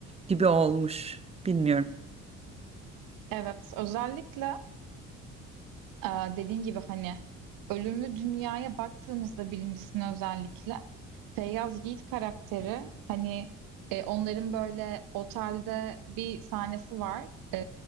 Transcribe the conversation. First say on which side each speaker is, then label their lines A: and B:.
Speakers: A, on the right; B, on the right.
A: gibi olmuş. Bilmiyorum.
B: Evet, özellikle Ee, dediğin gibi hani ölümlü dünyaya baktığımızda birincisine özellikle Feyyaz Yiğit karakteri hani e, onların böyle otelde bir sahnesi var E,